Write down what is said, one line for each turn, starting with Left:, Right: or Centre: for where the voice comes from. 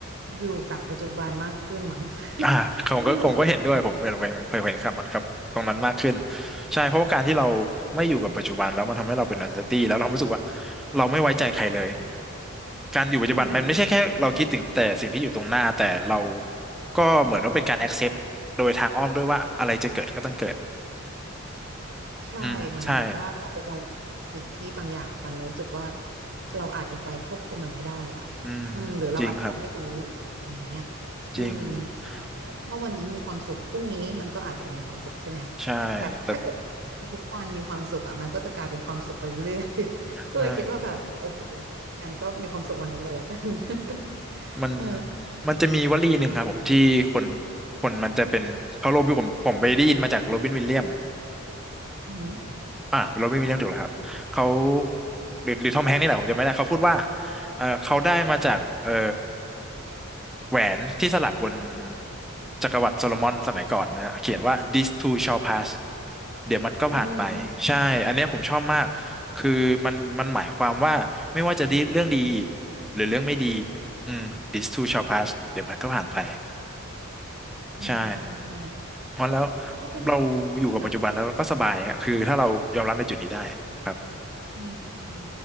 Right: อยู่กับปัจจุบันมากขึ้นมั้ง <laughs>
Centre: อ่าผมก็ผมก็เห็นด้วยผมเห็นเห็นเห็นครับครับตรงนั้นมากขึ้น
Right: ไม่รู้
Centre: ใช่เพราะว่าการที่เราไม่อยู่กับปัจจุบันแล้วมันทำให้เราเป็น anxiety แล้วเรารู้สึกว่าเราไม่ไว้ใจใครเลยการอยู่ปัจจุบันมันไม่ใช่แค่เราคิดถึงแต่สิ่งที่อยู่ตรงหน้าแต่เรา
Right: อืม
Centre: ก็เหมือนว่าเป็นการ accept โดยทางอ้อมด้วยว่าอะไรจะเกิดก็ต้องเกิด
Right: ใช่เหมือนแบบว่าเราไปกังวลกับสิ่งที่บางอย่างมันเรารู้สึกว่า
Centre: อืมใช่
Right: เราอาจจะไปควบคุมมันไม่ได้อ่ะอืมหรือเราอาจจะไม่รู้
Centre: อืมจริงครับ
Right: ตรงนี้อ่ะอืม
Centre: จริง
Right: เพราะฉะนั้นถ้าวันนี้มีความสุขพรุ่งนี้มันก็อาจจะมีความสุขใช่ไหม
Centre: อืมใช่แต่
Right: แบบถ้าเกิดทุกวันมีความสุขอ่ะมันก็จะกลายเป็นความสุขไปเรื่อยๆ <laughs> ก็เลยคิดว่าแบบโอเค
Centre: ใช่
Right: งั้นก็มีความสุขวันนี้เลยละกัน <laughs>
Centre: มัน
Right: เออ
Centre: มันจะมีวลีหนึ่งครับผมที่คนคนมันจะเป็นเขาโรบินผมผมไปได้ยินมาจากโรบินวิลเลียม
Right: อืม
Centre: อ่ะเราไม่มีเรื่องถูกแล้วครับเขาหรือหรือทอมแฮงค์นี่แหละผมจำไม่ได้เขาพูดว่าเออเขาได้มาจากเออแหวนที่สลักบนจักรวรรดิโซโลมอนสมัยก่อนนะฮะเขียนว่า this too shall pass เดี๋ยวมันก็ผ่านไปใช่
Right: อืม
Centre: อันเนี้ยผมชอบมากคือมันมันหมายความว่าไม่ว่าจะดีเรื่องดีหรือเรื่องไม่ดีอืม this too shall pass เดี๋ยวมันก็ผ่านไป
Right: อืมอืมอืม
Centre: ใช่เพราะแล้ว
Right: ถ้าเป็น
Centre: เราอยู่กับปัจจุบันแล้วเราก็สบายฮะคือถ้าเรายอมรับในจุดนี้ได้ครับ
Right: ค่ะ อืมอืม